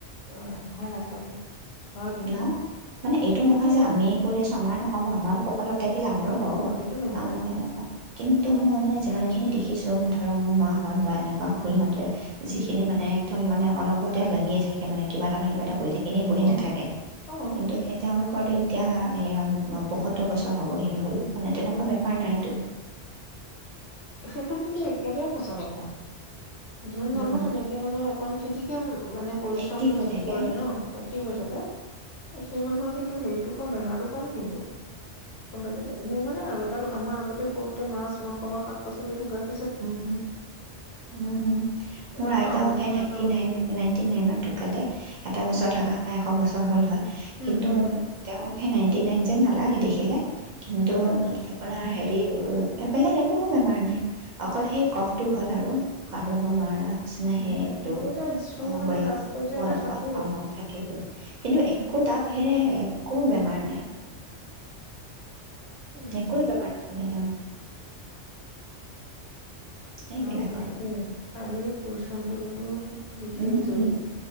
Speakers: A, on the left; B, on the right.
A: <unintelligible> হয় আচলতে হয় কিন্তু
B: ন? মানে এইটো
A: এতিয়া
B: নহয় যে আমি কৰি
A: উম
B: আছো আমাৰ নহ'ব আমাৰো কপালত
A: উম
B: থাকিলে
A: সেইটো
B: আমাৰো হ'ব।
A: নহয় সেইটো নহয়
B: অ
A: উম
B: অ অ কিন্তু মই মানে যিমান খিনি দেখি কিছো ধৰক, মোৰ মাহত বা এনেকুৱা খুৰিহত তাতে
A: উম
B: যিখিনি মানে একদম মানে, অনবৰতে লাগিয়ে থাকে সে মানে কিবা এটা নহয় কিবা
A: উম
B: কৰি থাকে, এনেই বহি
A: অ
B: নাথাকে।
A: অ
B: কিন্তু সেই তেওঁলোকে ৰতটো এতিয়া পয়সত্তৰ বছৰ হবহি হ'ল মানে
A: সেইটো
B: তেনেকুৱা বেমাৰ নাইটো
A: সেইটো কিন্তু একেবাৰে সঁচা কথা। যোন
B: উম
A: মানুহ তেনেকে মানে ফিজিকেল মানে পৰিশ্ৰমটো
B: এক্টিভ হৈ
A: যিটো
B: থাকে
A: কৰে ন এক্টিভ হৈ থাকে সেই মানুহৰ কিন্তু হেৰিটো কম, বেমাৰতো কম কিন্তু, গম পাইছে নে? মোৰ মানে আৰু এটা কথা মই আগতে সৰুতে মাছ মাংস পচলিিবগা <unintelligible>
B: উম উম মোৰ
A: নেখাও
B: আইতাও
A: মাংস
B: সেই নাইনটি
A: নাখাও
B: নাইন নাইনটি নাইনত ঢুকালে। এটা বছৰ
A: উম
B: থকা হয় এশ বছৰ হল হয়।
A: হম
B: কিন্তু
A: হম হম
B: তেওঁ সেই নাইণ্টি নাইন যেন নালাগে দেখিলে কিন্তু
A: নালাগে নালাগে
B: আপোনাৰ হেৰি হ'ল। বেলেগ একো বেমাৰ নাই। অকল সেই কফটো হ'ল আৰু। ওশাহ ল'ব নোৱাৰা। নিচিনাহে
A: উম নাই
B: এইটো
A: সেইটো এটা ইছ্যু
B: অ
A: মানে
B: বয়স,
A: লাষ্ট পৰ্যায়লৈ
B: বয়সত
A: থাকেই
B: অ থাকেগৈ। কিন্তু
A: উম
B: একো তাৰ বাহিৰে একো বেমাৰ নাই।
A: উম
B: একোৱে বেমাৰ নহ'লহেঁতেন। সেইবিলাক
A: হয় কিন্ত
B: আৰু
A: শাৰীৰিক পৰিশ্ৰমটো কিন্তু বিশেষ
B: উম
A: জৰুৰী
B: উম